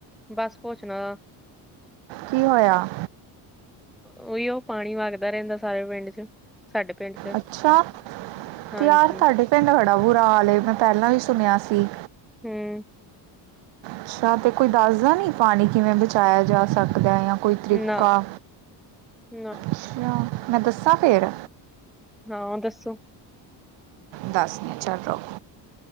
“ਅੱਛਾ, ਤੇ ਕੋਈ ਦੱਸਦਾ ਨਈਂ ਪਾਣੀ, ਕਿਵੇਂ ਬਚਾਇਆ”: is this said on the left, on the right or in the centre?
Right